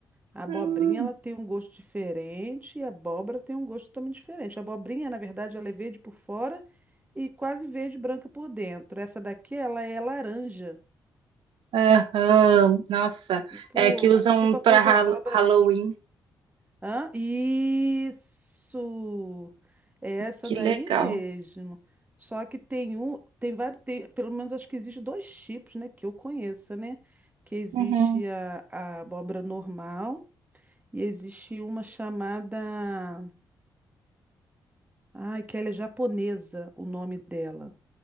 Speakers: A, on the right; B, on the right.
A: A abobrinha
B: Hum,
A: ela tem um gosto diferente e a abóbora tem um gosto totalmente diferente. A abobrinha, na verdade, ela é verde por fora e quase verde branca por dentro. Essa daqui, ela é laranja,
B: aham, nossa,
A: tipo,
B: é que usam
A: a- tipo a
B: para
A: cor de abóbora
B: Halloween.
A: mesmo. Hã? Isso! É essa
B: Que
A: daí
B: legal.
A: mesmo. Só que tem um, tem vários, tem- pelo menos acho que existe dois tipos, né, que eu conheça, né? Que existe
B: Uhum,
A: a, a abóbora normal e existe uma chamada Ai, que ela é japonesa, o nome dela.